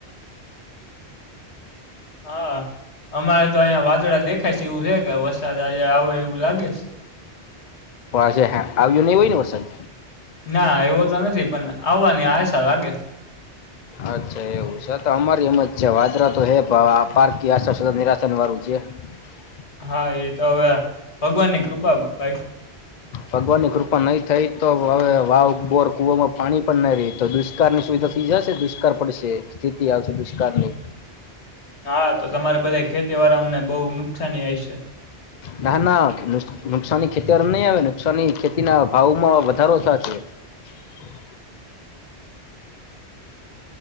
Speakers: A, on the left (about 85°); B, on the left (about 50°).
A: <unintelligible> હા અમારે તો અહીંયા વાદળા દેખાય છે. એવું છે કે વરસાદ આજે આવે એવું લાગે છે. <unintelligible>
B: હજે હ આવ્યું નહી હોય ને, વરસાદ.
A: ના, એવ્યો તો નથી, પણ આવવાની આશા લાગે.
B: અચ્છા, એવું છે તો અમારી એમ જ છે. વાદળા તો હે, પારકી આશા સદા નિરાશા વાળું છે. કૂ <unintelligible>
A: હા, એ તો હવે ભગવાન ની કૃપા, ભાઈ.
B: ભગવાનની કૃપા નહીં થઈ. તો હવે વાવ, બોર, કુવામાં પાણી પણ નહીં રહી તો દુષ્કાળ ની સુવિધા થઇ જશે. દુષ્કાળ પડશે, સ્થિતિ આવશે, દુષ્કાળની.
A: હા, તો તમારે બધા ખેતીવાડાઓને બહુ નુકસાની હોય છે.
B: ના, ના, નુકસાની ખેતી નહીં આવે, નુકસાની ખેતીના ભાવ માં વધારો થાય છે. <unintelligible>
A: <unintelligible>